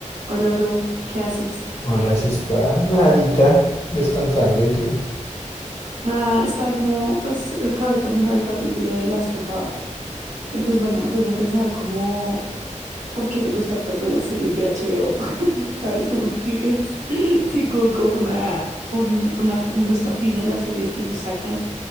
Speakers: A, on the right (about 75°); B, on the left (about 55°).
A: Hola, bro, ¿qué haces?
B: Hola, si está nadita, descansando, ¿y tú?
A: Nada, estaba como, pues, acabé de terminar el capítulo de Last of Us. Y pues bueno, me puse a pensar como, ¿por qué me gustan tanto las series de HBO? <laughs> ¿Sabes? Como que es- <laughs> tengo como una, un, una- un gusto afín en las series que ellos sacan.